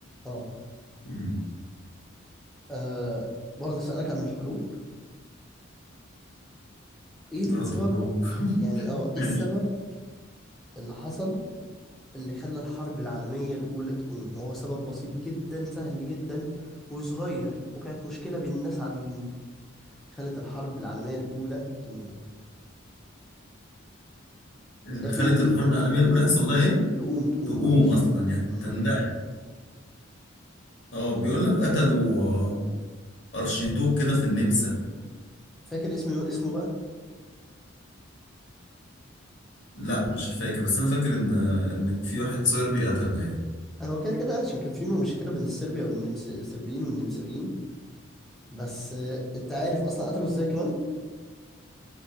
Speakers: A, in the centre; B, on the left.
A: اه
B: مم.
A: آه، برضه اسألك عن الحروب ايه السبب
B: برضه حروب <laughs>
A: يعني اه
B: ماشي
A: ايه السبب اللي حصل اللي خلى الحرب العالمية الأولى تقوم هو سبب بسيط جدا سهل جدا وصغير وكانت مشكلة بين ناس عاديين خلت الحرب العالمية الأولى تموت
B: اللي
A: آه،
B: خلت
A: تقوم
B: الحرب العالمية الأولى يحصل لها إيه؟
A: تقوم تقوم
B: تقوم
A: معلش
B: أصلا يعني
A: مم.
B: تندعي اه بيقول لك قتلوا آه، ارشيدوك كده في النمسا
A: فاكر اسمه اسمه بقى
B: لا مش فاكر بس انا فاكر ان ان في واحد صربي قتله يعني
A: آه، هو كده كده عشان كان في مشكلة بين الصربيا والنمس الصربيين والنمساويين بس آه، انت عارف اصلا قتلوا ازاي كمان